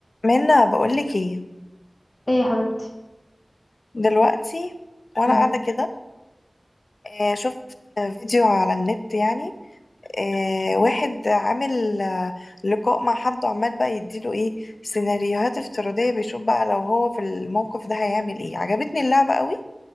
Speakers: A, on the left (about 75°); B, on the left (about 35°).
A: منا بقولك ايه
B: ايه يا حبيبتي
A: دلوقتي وانا
B: مم.
A: قاعده كده آه، شفت فيديو على النت يعني آه، واحد عامل آه، لقاء مع حد وعمال بقى يديله ايه سيناريوهات افتراضيه بيشوف بقى لو هو في الموقف ده هيعمل ايه عجبتني اللعبه قوي